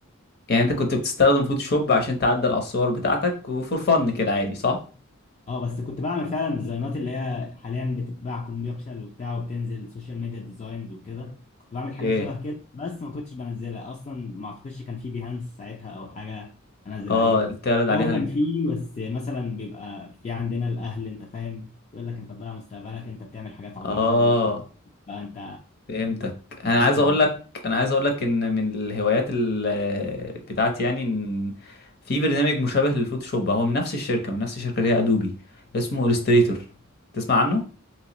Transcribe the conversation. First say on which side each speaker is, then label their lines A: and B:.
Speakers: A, on the left; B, on the left.
A: يعني انت كنت بتستخدم فوتوشوب عشان تعدل على الصور بتاعتك وفور فن كده عادي صح
B: اه بس كنت بعمل فعلا ديزاينات اللي هي حاليا بتتباع كوميرشال وبتاع وبتنزل سوشيال ميديا ديزاينز وكده كنت بعمل حاجات
A: ايه
B: شبه كده بس ما كنتش بنزلها اصلا ما اعتقدش كان في بيهانس ساعتها او حاجه انزل
A: اه
B: عليها
A: تعرض عليها
B: او
A: ال...
B: كان في بس مثلا بيبقى في عندنا الاهل انت فاهم يقول لك انت بتضيع مستقبلك انت بتعمل حاجات عبيطه
A: اه
B: وبقى انت
A: فهمتك انا
B: بتذاكر
A: عايز اقول لك انا عايز اقول لك ان من الهوايات ال... بتاعتي يعني ان في برنامج مشابه للفوتوشوب هو من نفس الشركة من نفس الشركة اللي هي ادوبي اسمه الستريتور تسمع عنه